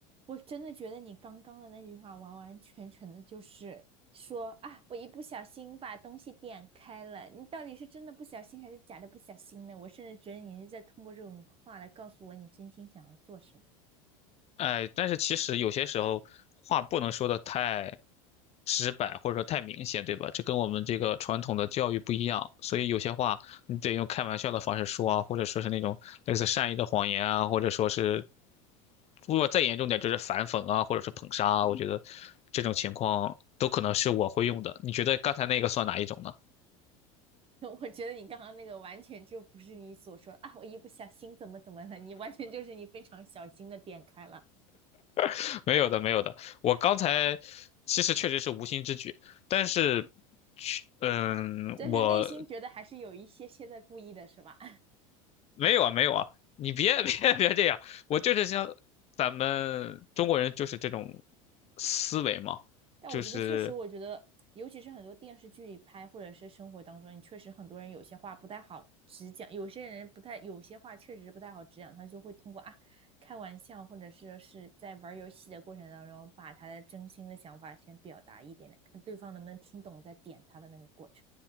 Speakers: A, on the right; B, on the left.
A: 我真的觉得你刚刚的那句话完完全全的就是说啊，我一不小心把东西点开了。你到底是真的不小心还是假的不小心呢？我甚至觉得你是在通过这种话来告诉我你真心想要做什么。
B: 哎，但是其实有些时候话不能说的太直白，或者说太明显，对吧？这跟我们这个传统的教育不一样，所以有些话你得用开玩笑的方式说啊，或者说是那种类似善意的谎言啊，或者说是如果再严重点就是反讽啊，或者是捧杀啊。我觉得这种情况都可能是我会用的。你觉得刚才那个算哪一种呢？
A: <laughs> 我觉得你刚刚那个完全就不是你所说啊，我一不小心怎么怎么的，你完全就是你非常小心的点开了，
B: <laughs> 没有的，没有的。我刚才其实确实是无心之举，但是嗯，
A: 但是内心觉得还是有一些些在故意的，
B: 我
A: 是吧？
B: 没有啊，没有啊，你别 <laughs> 别别这样，我就是像咱们中国人就是这种思维嘛，
A: 但我觉得确实，
B: 就是
A: 我觉得尤其是很多电视剧里拍，或者是生活当中，你确实很多人有些话不太好直讲，有些人不太，有些话确实不太好直讲，他就会通过啊开玩笑，或者是是在玩游戏的过程当中，把他的真心的想法先表达一点点，看对方能不能听懂，再点他的那个过程。